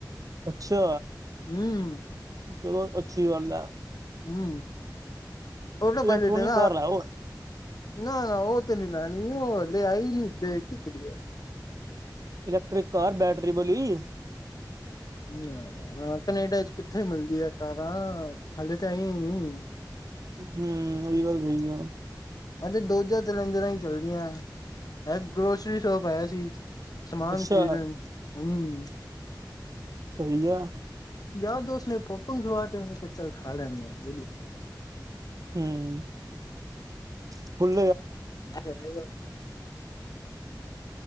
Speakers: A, on the right; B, on the left.
A: ਅੱਛਾ
B: ਹੁੰ
A: ਚਲੋ ਅੱਛੀ ਗੱਲ ਆ।
B: ਹੁੰ ਆਟੋ
A: ਇਲੈਕਟ੍ਰੋਨਿਕ
B: ਪਾਇਲਟ ਦਾ।
A: ਕਾਰ ਹੈ ਉਹ।
B: ਨਾ ਨਾ ਓ ਤੇ ਨੀ ਲੈਨੀ ਉਹ ਹਲੇ ਆਈ ਨੀਂ ਦੇਸ਼ 'ਚ ਕੀ ਕਰੀਏ
A: ਇਲੈਕਟ੍ਰਿਕ ਕਾਰ ਬੈਟਰੀ ਵਾਲੀ।
B: ਨਾ ਨਾ ਕਨੇਡਾ 'ਚ ਕਿੱਥੇ ਮਿਲਦੀਆ ਕਾਰਾਂ ਹਲੇੇ ਤੇ ਆਈ ਨੀ।
A: ਹਮ ਐਵੀ ਗੱਲ ਸਹੀ ਆ
B: ਹਾਂਜੀ <unintelligible> ਹੀ ਚੱਲਦੀਆਂ ਮ ਗਰੋਸਰੀ ਸ਼ੋਪ ਆਇਆ ਸੀ ਸਮਾਨ
A: ਅੱਛਾ
B: ਖਰੀਦਣ ਹਮ।
A: ਸਹੀ ਹੈ
B: ਯਾਰ ਦੋਸਤ ਨੇ ਪੋਪਕੋਨ ਖਵਾਤੇ ਮੈਂ ਕਿਹਾ ਚੱਲ ਖਾ ਲੈਣਦੇ ਆ
A: ਹਮ <unintelligible> ਮੈੰ
B: ਆ